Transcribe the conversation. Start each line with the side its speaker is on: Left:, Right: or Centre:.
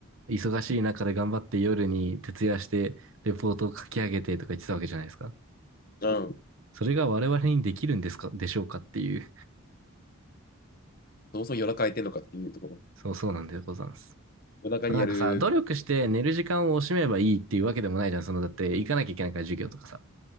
Right: 忙しい中で頑張って夜に徹夜してレポートを書き上げてとか言ってたわけじゃないですか。
Left: うん。
Right: それが我々にできるんですか、でしょうかっていう。
Left: そもそも夜中空いてんのかっていうところ。
Right: そうそうなんでございます。
Left: 夜中にやる、
Right: なんかさ、努力して寝る時間を惜しめばいいっていうわけでもないじゃん。その、だって行かなきゃいけないから授業とかさ。